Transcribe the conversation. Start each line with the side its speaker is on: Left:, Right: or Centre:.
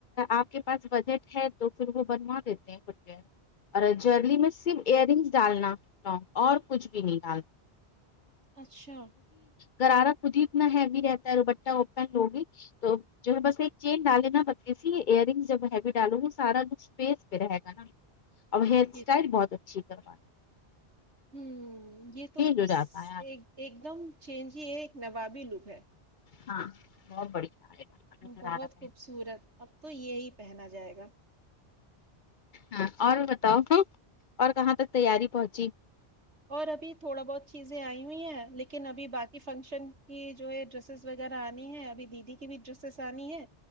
Left: آپ کے پاس بجٹ ہے تو پھر وہ بنوا دیتے ہیں فٹ وئر اور جرلی میں صرف ایئر رنگس ڈالنا اور کچھ بھی نہیں ڈالنا <inaudible>
Right: اچھا
Left: گرارا خود ہی اتنا ہیوی رہتا ہے ڈوپٹہ وپٹہ لوگی تو جو ہے بس ایک چین ڈالے نا پتلی سی ایئر رنگ جب ہیوی ڈالو گی سارا کچھ وستے رہے گا نا اب ہیئر
Right: یہ
Left: اسٹائل
Right: تو
Left: بہت اچھی کرواے
Right: ھممم یہ تو
Left: ہو جاتا ہے آدمی،
Right: ایک ایک دم چینج ہی ہے ایک نوابی لوک ہے
Left: ہاں بہت بڑھیا آئے گا اگر غرارہ
Right: بہت
Left: پہن
Right: خوبصورت اب تو یہی پہنا جائے گا
Left: ہاں اور بتاؤ اور کہاں تک تیاری پہنچی
Right: اور ابھی تھوڑا بہت چیزیں آئی ہوئی ہیں لیکن ابھی باقی فنکشن کی جو ہے ڈریسسس وغیرہ آنی ہے ابھی دیدی کی بھی ڈریسسس انی ہے